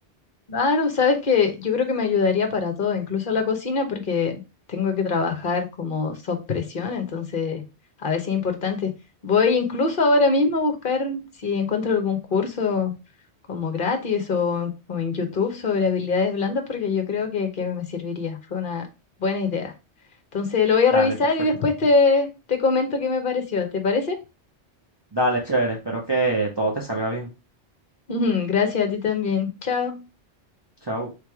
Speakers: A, on the left (about 50°); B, on the right (about 25°).
A: Claro, sabes que yo creo que me ayudaría para todo, incluso la cocina, porque tengo que trabajar como sob presión, entonces a veces es importante. Voy incluso ahora mismo a buscar si encuentro algún curso como gratis o, o en YouTube sobre habilidades blandas, porque yo creo que, que me serviría. Fue una buena idea. Entonces lo voy a
B: Dale,
A: revisar
B: perfecto.
A: y después te, te comento qué me pareció. ¿Te parece?
B: Dale, chévere. Espero que todo te salga bien.
A: <laughs> Gracias a ti también. Chao.
B: Chao.